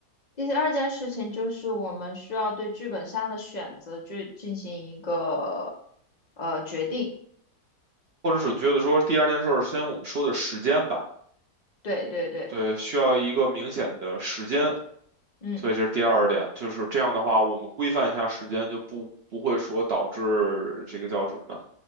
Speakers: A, on the left; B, on the right.
A: 第二件事情就是我们需要对剧本杀的选择去进行一个呃决定。
B: 或者准确的说，第二件事儿，先我们说的时间吧。
A: 对对对，
B: 对，需要一个明显的时间，
A: 嗯，
B: 所以这是第二点。就是这样的话，我们规范一下时间，就不不会说导致这个叫什么，